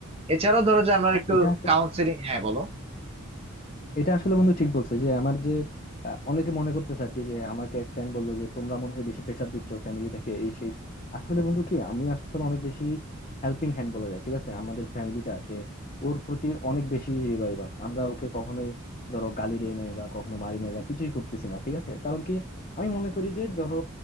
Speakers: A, on the right; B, on the left.
A: এছাড়াও ধরো যে আমরা একটু
B: এটা আসলে
A: কাউন্সিলিং হ্যাঁ বলো
B: এটা আসলে বন্ধু ঠিক বলছে যে আমার যে আহ, অনেকে মনে করতেছে আর কি যে আমাকে এক ফ্রেন্ড বললো যে তোমরা মনে হয় বেশি প্রেসার দিচ্ছ ফ্যামিলি থেকে এই সেই আসলে বন্ধু কি আমি আসলে অনেক বেশি হেল্পিং হ্যান্ড বলা যায় ঠিক আছে আমাদের ফ্যামিলিটা যে ওর প্রতি অনেক বেশি হৃদয়বান আমরা ওকে কখনোই ধরো গালি দেই নাই বা কখনো মারি নাই বা কিছুই করতেছি না ঠিক আছে কারণ কি আমি মনে করি যে ধরো